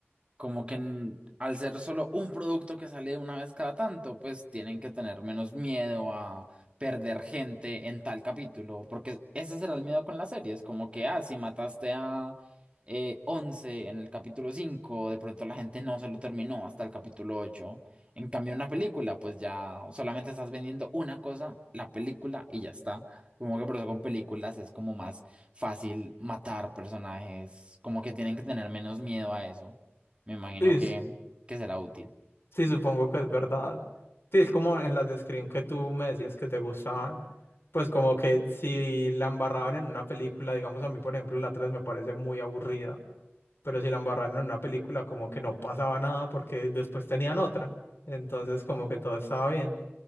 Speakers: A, on the right; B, on the left.
A: como que en- al ser solo un producto que sale una vez cada tanto, pues tienen que tener menos miedo a perder gente en tal capítulo, porque ese será el miedo con las series, como que, ah, si mataste a eh, 11 en el capítulo 5, de pronto la gente no se lo terminó hasta el capítulo 8. En cambio, en una película, pues ya solamente estás vendiendo una cosa, la película, y ya está. Como que por eso con películas es como más fácil matar personajes, como que tienen que tener menos miedo a eso. Me imagino
B: Sí, s-
A: que, que será útil.
B: sí, supongo que es verdad. Sí, es como en las de Scream que tú me decías que te gustaban. Pues como que si la embarraban en una película, digamos a mí, por ejemplo, la 3 me parece muy aburrida. Pero si la embarraban en una película, como que no pasaba nada porque después tenían otra. Entonces, como que todo estaba bien.